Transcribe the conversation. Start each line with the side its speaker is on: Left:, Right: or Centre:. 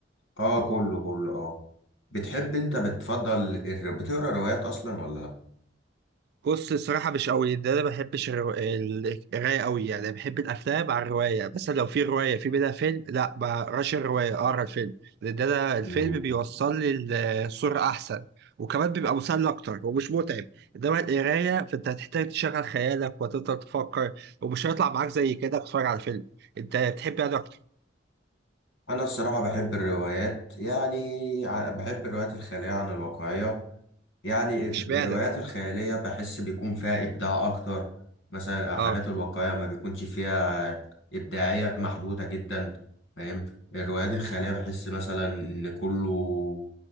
Left: اه كله كله اه بتحب انت بتفضل الر... بتقرا روايات اصلا ولا لا
Right: بص الصراحة مش قوي ده أنا ما بحبش الرو- ال- القراية قوي يعني بحب الأفلام على الرواية مثلا لو في رواية في منها فيلم لا ما أقراش الرواية أقرا الفيلم لأن ده أنا الفيلم
Left: مم.
Right: بيوصل لي ال- الصورة أحسن وكمان بيبقى مسلي أكتر ومش متعب إنما القراية فأنت هتحتاج تشغل خيالك وتفضل تفكر ومش هيطلع معاك زي كده تتفرج على فيلم أنت بتحب يعني أكتر
Left: انا الصراحه بحب الروايات يعني ع- بحب الروايات الخياليه عن الواقعيه يعني الر-
Right: إشمعنى؟
Left: الروايات الخيالية بحس بيكون فيها إبداع أكتر مثلا
Right: آه.
Left: الحاجات الواقعية ما بيكونش فيها إبداعية محدودة جدا فاهم الروايات الخيالية بحس مثلا إن كله